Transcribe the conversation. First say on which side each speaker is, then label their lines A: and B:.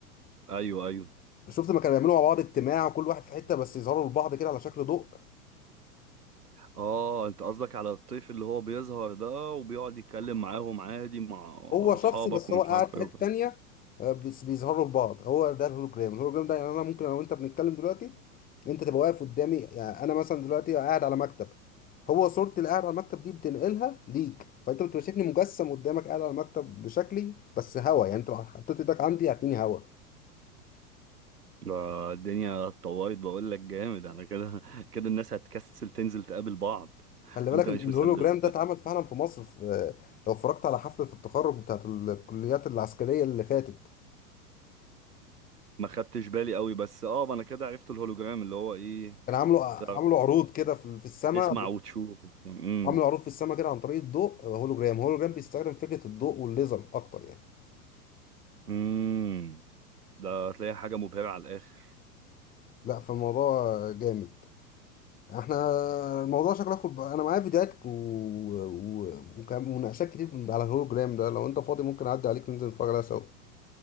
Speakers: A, on the right; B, on the left.
A: ايوه ايوه
B: شفت ما كانوا بيعملوا مع بعض اجتماع وكل واحد في حته بس يظهروا لبعض كده على شكل ضوء
A: اه انت قصدك على الطيف اللي هو بيظهر ده وبيقعد يتكلم معاهم عادي مع
B: هو
A: اصحابك
B: شخصه بس
A: ومش
B: هو قاعد
A: عارف
B: في
A: ايه
B: حتة
A: وكده.
B: تانية آه، بس بيظهروا لبعض هو ده الهولوجرام الهولوجرام ده يعني انا ممكن انا وانت بنتكلم دلوقتي انت تبقى واقف قدامي يعني انا مثلا دلوقتي قاعد على مكتب هو صورتي اللي قاعد على المكتب دي بتنقلها ليك فانت بتبقى شايفني مجسم قدامك قاعد على المكتب بشكلي بس هوا يعني انت لو حطيت ايدك عندي هتلاقيني هوا
A: ده الدنيا اتطورت بقول لك جامد انا كده كده الناس هتكسل تنزل تقابل بعض
B: خلي بالك
A: وانت
B: ان
A: مش
B: الهولوجرام
A: مصدق
B: ده اتعمل فعلا في مصر في آه، لو اتفرجت على حفلة التخرج بتاعت الكليات العسكرية اللي فاتت
A: ما خدتش بالي قوي بس اه ما انا كده عرفت الهولوجرام اللي هو ايه
B: كان عاملوا عاملوا
A: تعرف
B: عروض
A: آه،
B: كده في في السماء
A: اسمع وتشوف امم
B: عامل معروف في السما كده عن طريق الضوء آه، هولوجرام هولوجرام بيستخدم فكرة الضوء والليزر أكتر يعني
A: امم ده هتلاقي حاجة مبهرة على الاخر
B: لا فالموضوع جامد احنا الموضوع شكله هياخد بقى- انا معايا فيديوهات و... و... وكان مناقشات كتير على الهولوجرام ده لو انت فاضي ممكن اعدي عليك ننزل نتفرج عليها سوا